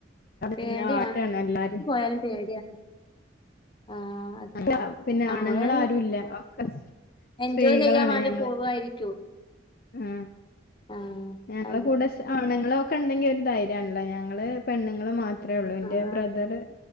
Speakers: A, on the left; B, on the left.
A: പേട്യാ
B: പിന്നെ ആട്ടാണ്
A: ഒട്ക്കും
B: എല്ലാരും
A: പോയാലും പേട്യാണ്. ആഹ്
B: അതാ പിന്നെ
A: നമ്മള്
B: ആണുങ്ങാരുല്ല ഒക്കെ സ് സ്ത്രീകളാണ്
A: എൻജോയ് ചെയ്യാൻ വേണ്ടി
B: ഞങ്ങള്
A: പോവായിരിക്കും
B: ഉം
A: ആഹ്
B: ഞങ്ങളെ
A: അതെ
B: കൂടെ സ് ആണുങ്ങളൊ ഒക്കെ ഇണ്ടെങ്കി ഒരു ധൈര്യണല്ലോ ഞങ്ങള് പെണ്ണുങ്ങൾ മാത്ര ത്രേ ഒള്ളു ഇന്റെ
A: ആഹ്
B: ബ്രദറ്